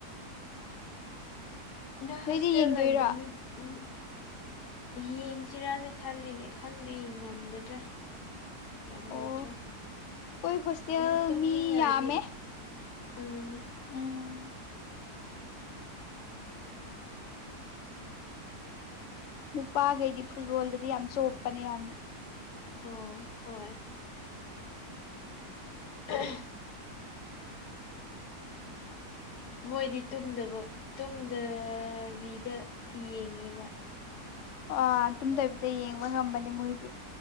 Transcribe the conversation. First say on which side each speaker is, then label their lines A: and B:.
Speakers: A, on the left; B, on the left.
A: ꯅꯣꯏ
B: ꯅꯣꯏꯗꯤ
A: ꯍꯣꯁꯇꯦꯜ
B: ꯌꯦꯡꯗꯣꯏꯔꯣ
A: ꯂꯩꯕꯗꯨ ꯃꯤ ꯎꯝ ꯌꯦꯡꯁꯤꯔꯅ ꯈꯜꯂꯤꯅꯦ ꯈꯪꯗꯦ ꯉꯝꯒꯗ꯭ꯔꯥ ꯉꯝꯃꯣꯏꯗ꯭ꯔꯥ
B: ꯑꯣ ꯑꯩꯈꯣꯏ ꯍꯣꯁꯇꯦꯜ
A: ꯑꯃꯨꯛ ꯇꯨꯝꯅꯤꯡꯉꯛꯑꯗꯤ
B: ꯃꯤ ꯌꯥꯝꯃꯦ
A: ꯑꯥ
B: ꯎꯝ ꯅꯨꯄꯥꯈꯩꯗꯤ ꯐꯨꯠꯕꯣꯜꯗꯗꯤ ꯌꯥꯝ ꯆꯣꯞꯄꯅꯦ ꯌꯥꯝꯅ
A: ꯑꯣ ꯍꯣꯏ <unintelligible> ꯃꯣꯏꯗꯤ ꯇꯨꯝꯗꯕ ꯇꯨꯝꯗꯕꯤꯗ ꯌꯦꯡꯉꯦꯕ
B: ꯑꯥ ꯇꯨꯝꯗꯕꯤꯗ ꯌꯦꯡꯕ ꯉꯝꯕꯅꯦ ꯃꯣꯏꯗꯤ